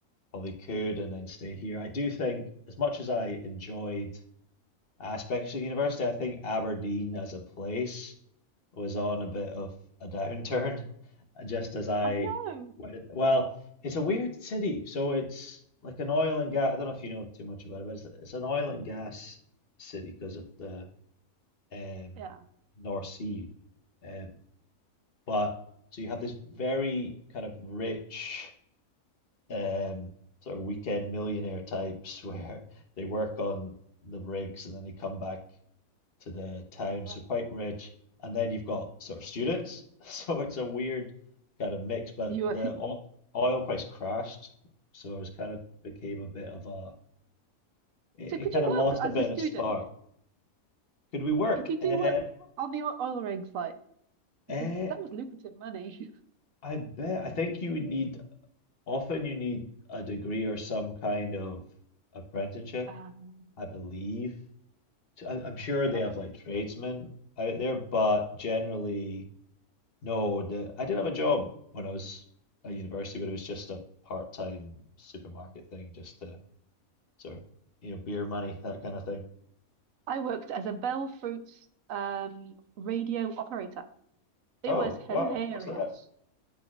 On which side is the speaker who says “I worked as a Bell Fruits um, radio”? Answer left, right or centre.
Right